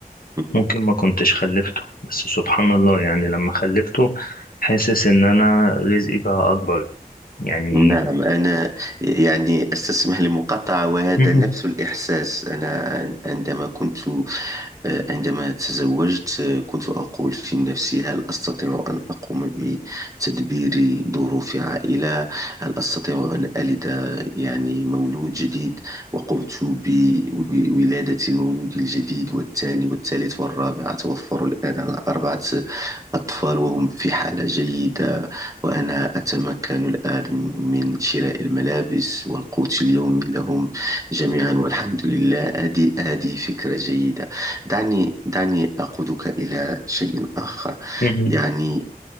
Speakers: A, on the right; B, on the left.
A: مهم.
B: ممكن ما كنتش خلفته بس سبحان الله يعني لما خلفته حاسس ان انا رزقي بقى اكبر يعني
A: نعم أنا يعني أستسمح لمقاطعة وهذا
B: مهم.
A: نفس الإحساس أنا عندما كنت آه، عندما تزوجت آه، كنت أقول في نفسي هل أستطيع أن أقوم بتدبير ظروف عائلة هل أستطيع أن ألد يعني مولود جديد وقمت بولادة المولود الجديد والثاني والثالث والرابع أتوفر الآن على أربعة أطفال وهم في حالة جيدة وأنا أتمكن الآن من شراء الملابس والقوت اليومي لهم جميعا والحمد لله هذه هذه فكرة جيدة دعني دعني أقودك إلى شيء آخر
B: مهم.
A: يعني